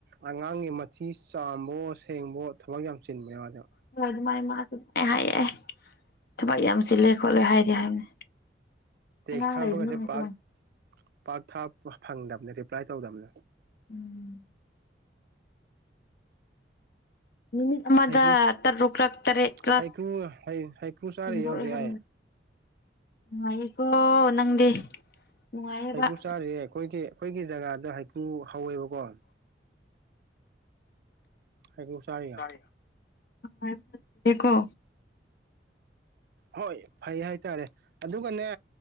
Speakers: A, on the right (about 55°); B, on the left (about 55°).
A: ꯑꯉꯥꯡꯒꯤ ꯃꯊꯤ ꯆꯥꯝꯕꯣ ꯁꯦꯡꯕꯣ ꯊꯕꯛ ꯌꯥꯝ ꯆꯤꯟꯕꯅꯦ ꯃꯥꯅꯦ
B: ꯍꯣꯏ ꯑꯗꯨꯃꯥꯏ ꯃꯥꯁꯨ ꯑꯗꯨ ꯍꯥꯏꯌꯦ ꯊꯕꯛ ꯌꯥꯝ ꯆꯤꯜꯂꯦ ꯈꯣꯠꯂꯦ ꯍꯥꯏꯗꯤ ꯍꯥꯏꯕꯅꯦ
A: ꯇꯦꯛꯁ
B: ꯑꯉꯥꯡ
A: ꯊꯥꯕꯒꯁꯦ
B: ꯂꯩꯕꯅꯤꯅꯀꯣ
A: ꯄꯥꯛ ꯄꯥꯛ ꯊꯥ ꯐꯪꯗꯕꯅꯦ ꯔꯤꯄ꯭ꯂꯥꯏ ꯇꯧꯗꯕꯅꯦ
B: ꯎꯝ ꯅꯨꯃꯤꯠ ꯑꯃꯗ
A: ꯍꯩꯒ꯭ꯔꯨ
B: ꯇꯔꯨꯛꯂꯛ ꯇꯔꯦꯠꯂꯛ
A: ꯍꯩꯀ꯭ꯔꯨ ꯍꯩꯀ꯭ꯔꯨ ꯆꯥꯔꯤꯌꯦ
B: <unintelligible>
A: ꯍꯧꯖꯤꯛ ꯑꯩ
B: ꯅꯨꯉꯥꯏꯔꯤꯀꯣ ꯅꯪꯗꯤ ꯅꯨꯡꯉꯥꯏꯌꯦꯕ
A: ꯍꯩꯕꯨ ꯆꯥꯔꯤꯌꯦ ꯑꯩꯈꯣꯏꯒꯤ ꯑꯩꯈꯣꯏꯒꯤ ꯖꯒꯥꯗ ꯍꯩꯀ꯭ꯔꯨ ꯍꯧꯋꯦꯕꯀꯣ ꯍꯩꯀ꯭ꯔꯨ
B: <unintelligible>
A: ꯆꯥꯔꯤꯌꯦ
B: ꯀꯣ
A: ꯍꯣꯏ ꯐꯩ ꯍꯥꯏꯇꯥꯔꯦ ꯑꯗꯨꯒꯅꯦ